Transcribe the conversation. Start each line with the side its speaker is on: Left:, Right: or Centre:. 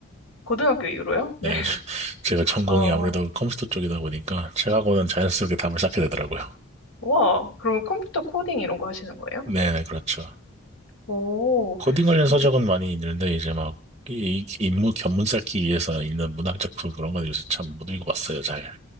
Left: 고등학교 이후로요? 네.
Right: 네. <laughs> 제가 전공이
Left: 어,
Right: 아무래도 컴퓨터 쪽이다 보니까 책하고는 자연스럽게 답을 쌓게 되더라고요.
Left: 와, 그러면 컴퓨터 코딩 이런 거 하시는 거예요?
Right: 네네, 그렇죠.
Left: 오,
Right: 코딩 관련 서적은
Left: 그,
Right: 많이 읽는데 이제 막 이, 이 인문 견문 쌓기 위해서 읽는 문학 작품 그런 건 요새 참 못 읽어봤어요, 잘.